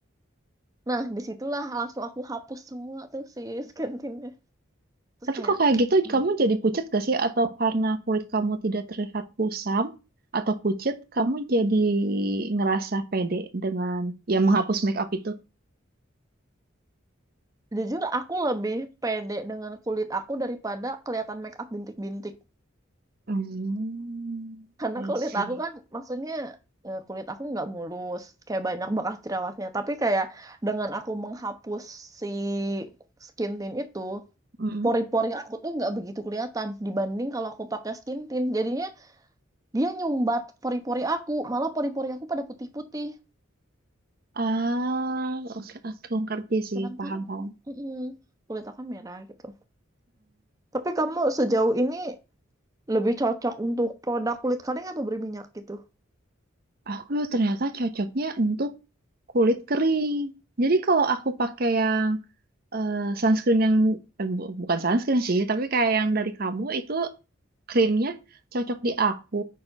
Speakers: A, on the right; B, on the right.
A: Nah, disitulah langsung aku hapus semua tuh si skintinnya. Terus
B: Tapi
A: kayak,
B: kok kayak gitu
A: hmm,
B: kamu jadi pucat gak sih? Atau karena kulit kamu tidak terlihat kusam atau pucat, kamu jadi ngerasa pede dengan ya menghapus make up itu?
A: jujur aku lebih pede dengan kulit aku daripada kelihatan make up bintik-bintik.
B: Hmm,
A: Karena
B: I
A: kulit
B: see.
A: aku kan, maksudnya eh, kulit aku nggak mulus, kayak banyak bekas jerawatnya. Tapi kayak dengan aku menghapus si skin tint itu,
B: Mm-mm.
A: pori-pori aku tuh nggak begitu kelihatan dibanding kalau aku pakai skin tint. Jadinya dia nyumbat pori-pori aku, malah pori-pori aku pada putih-putih.
B: Ah, oke, Aku ngerti sih,
A: Sedangkan
B: paham-paham.
A: mm, kulit aku kan merah gitu. Tapi kamu sejauh ini lebih cocok untuk produk kulit kering atau berminyak gitu?
B: Aku ternyata cocoknya untuk kulit kering. Jadi kalau aku pakai yang eh, sunscreen yang eh, bu- bukan sunscreen sih, tapi kayak yang dari kamu itu krimnya cocok di aku.